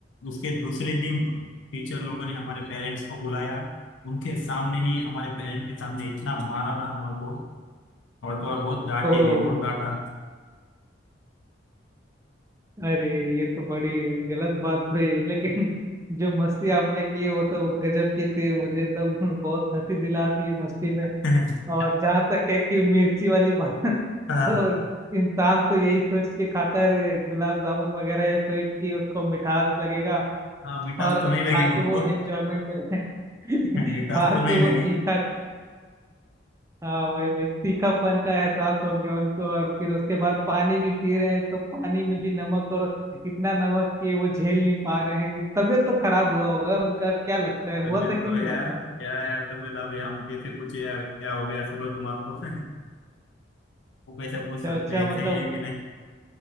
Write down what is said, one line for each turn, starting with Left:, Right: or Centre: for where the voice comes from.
Left: उसके दूसरे दिन टीचर लोगों ने हमारे पेरेंट्स को बुलाया उनके सामने ही हमारे पेरेंट्स के सामने इतना मारा ना हमारे को और तो और बहुत डांटे
Right: ओ
Left: भी बहुत डांटा
Right: अरे ये तो बड़ी गलत बात हुई लेकिन जो मस्ती आपने की है, वो तो गजब की थी मुझे एकदम बहुत हंसी दिला दी है मस्ती में
Left: <laughs>
Right: और जहाँ तक है कि मिर्ची वाली बात <laughs> तो
Left: हाँ
Right: इंसान तो यही सोच के खाता है गुलाब जामुन वगैरह या स्वीट की उसको मिठास लगेगा
Left: हाँ मिठास
Right: और
Left: तो नहीं लगी
Right: खा के
Left: उनको
Right: वो एंजॉयमेंट करे <laughs>
Left: <laughs> मिठास
Right: खा
Left: तो
Right: के
Left: नहीं
Right: वो
Left: लगी
Right: तीखा हाँ वही वही तीखापन का एहसास हो गया उनको और फिर उसके बाद पानी भी पी रहे हैं तो पानी में भी नमक और इतना नमक कि वो झेल नहीं पा रहे हैं तबीयत तो खराब हुआ होगा उनका क्या लगता है हुआ
Left: तबीयत
Right: था कि
Left: तो
Right: नहीं
Left: यार
Right: हुआ था
Left: क्या यार तबीयत अब हम कैसे पूछे यार क्या हो गया सुबह तुम्हारे को <laughs> वो कैसे
Right: अच्छा
Left: पूछ सकते
Right: अच्छा
Left: हैं
Right: मतलब
Left: सही है कि नहीं